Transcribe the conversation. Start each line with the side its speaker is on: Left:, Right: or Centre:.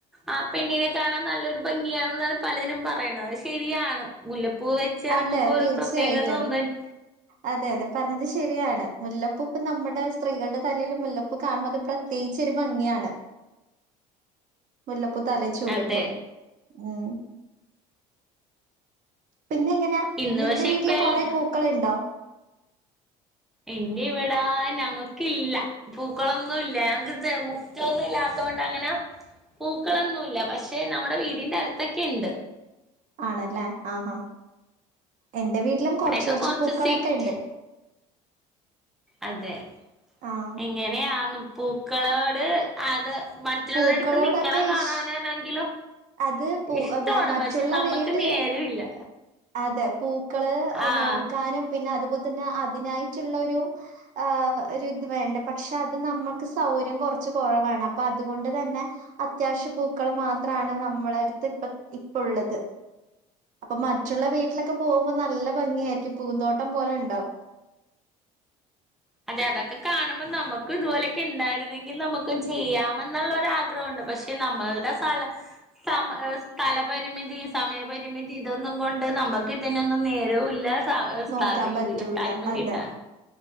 Centre: ആഹ് പെണ്ണിനെ കാണാൻ നല്ലൊരു ഭംഗിയണെന്നാണ് പലരും പറയണ അത് ശരിയാണ് മുല്ലപ്പൂ് വെച്ച് ഇറങ്ങുമ്പോ
Right: അതെ
Centre: ഒരു
Right: തീർച്ചയായിട്ടും
Centre: പ്രത്യേക സൗന്ദര്യം
Right: അതെ അതെ പറഞ്ഞത് ശരിയാണ് മുല്ലപ്പൂപ്പ് നമ്മുടെ സ്ത്രീകളുടെ തലയിൽ മുല്ലപ്പ് കാണുമ്പ അത് പ്രത്യേകിച്ചൊ ഒരു ഭംഗിയാണ്. മുല്ലപ്പൂ തലേ ചൂടുമ്പോൾ.
Centre: അതെ
Right: ഉം പിന്നെ എങ്ങനെയാ
Centre: ഇന്ന്
Right: നിന്റെ
Centre: പക്ഷെ
Right: വീട്ടില്
Centre: ഇപ്പഴല്ല
Right: കൊറെ പോ ക്കളണ്ടോ?
Centre: എൻ ഇവിട ഞങ്ങക്കില്ല. പൂക്കളൊന്നും ഇല്ല ഞങ്ങ തെ എ ഹ് മുറ്റമൊന്നും ഇല്ലാത്ത കൊണ്ട് അങ്ങനെ. പൂക്കളൊന്നുയില്ല പക്ഷെ നമ്മുടെ വീടിന്റെ അടുത്തൊക്കെ ഉണ്ട്
Right: ആണല്ലേ ആഹ് ഹാ എന്റെ വീട്ടിലും
Centre: ഇവിടെയൊക്കെ
Right: കൊറച്ച് കുറച്ച് പൂക്കളൊക്കെ
Centre: സിറ്റ്
Right: ഇണ്ട്
Centre: അതെ
Right: ആഹ്
Centre: എങ്ങനെയാന്ന് പ്പൂക്കളോട്, അത് മറ്റിലുള്ളടുത്ത്
Right: പൂക്കളോടൊക്കെ
Centre: നിക്കണ, കാണാനാണെങ്കിലും,
Right: ഇഷ് അത് പു
Centre: ഇഷ്ടമാണ്
Right: വ മറ്റുള്ള
Centre: പക്ഷെ നമ്മക്ക്
Right: വീട്ടില്,
Centre: നേരമില്ല
Right: അതെ പൂക്കള്
Centre: ആഹ്
Right: നോക്കാനും പിന്നെ, അതുപോലെ തന്നെ, അതിനായിട്ടുള്ളൊരു, ആഹ് ഒരു ഇത് വേണ്ട, പക്ഷെ അത് നമ്മൾക്ക് സൗകര്യം കുറച്ച്- കുറവാണ് അപ്പോ അതുകൊണ്ട് തന്നെ. അത്യാവശ്യ പൂക്കൾ മാത്രമാണ്- നമ്മള അടുത്ത് ഇപ്പ, ഇപ്പ ഉള്ളത്. മറ്റുള്ള വീട്ടിലൊക്കെ പോകുമ്പോ- നല്ല ഭംഗിയായിരിക്കും, പൂന്തോട്ടം പോലെ ഉണ്ടാവും.
Centre: അതെ അതൊക്കെ കാണുമ്പോൾ നമുക്കും ഇതുപോലെയൊക്കെ ഇണ്ടായിരുന്നെങ്കിൽ നമുക്കും, ചെയ്യാമെന്നുള്ള ഒരു ആഗ്രഹംണ്ട് പക്ഷെ, നമ്മളുടെ സ്ഥലം. സമ സ്ഥലപരിമിതി, സമയപരിമിതി ഇതൊന്നും കൊണ്ട് നമുക്ക് ഇതിനൊന്നും നേരവും ഇല്ല. സ്
Right: നോക്കാൻ
Centre: ഇത്
Right: പറ്റൂല.
Centre: ടൈമി
Right: അതെ
Centre: കിട്ടാൻ,